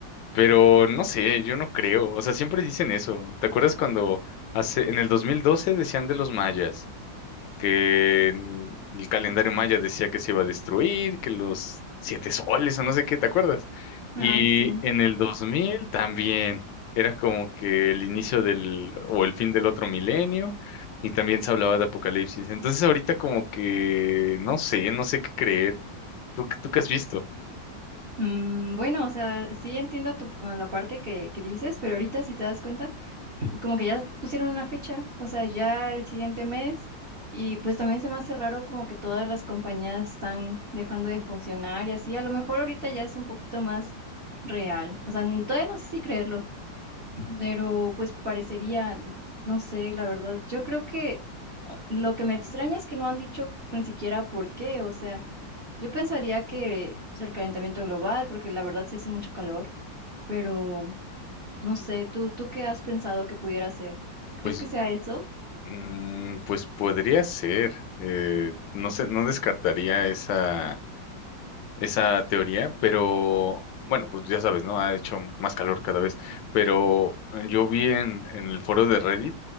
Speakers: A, on the left; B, on the right.
A: pero no sé, yo no creo, o sea, siempre dicen eso. ¿Te acuerdas cuando hace, en el 2012 decían de los mayas? que el calendario maya decía que se iba a destruir, que los siete soles o no sé qué, ¿te acuerdas?
B: Ay,
A: Y
B: sí.
A: en el 2000 también era como que el inicio del o el fin del otro milenio y también se hablaba de apocalipsis. Entonces ahorita como que no sé, no sé qué creer. ¿Tú, tú qué has visto?
B: Mm, bueno, o sea, sí entiendo tu, a la parte que, que dices, pero ahorita si te das cuenta, como que ya pusieron una fecha, o sea, ya el siguiente mes, y pues también se me hace raro como que todas las compañías están dejando de funcionar y así, a lo mejor ahorita ya es un poquito más real, o sea, n- todavía no sé si creerlo. Pero pues parecería, no sé, la verdad, yo creo que lo que me extraña es que no han dicho ni siquiera por qué, o sea, yo pensaría que es el calentamiento global, porque la verdad sí hace mucho calor, pero no sé, ¿tú, tú qué has pensado que pudiera ser? ¿Crees
A: Pues,
B: que sea eso?
A: mm, pues podría ser. Eh, no sé, no descartaría esa esa teoría, pero bueno, pues ya sabes, ¿no? Ha hecho más calor cada vez, pero yo vi en, en el foro de Reddit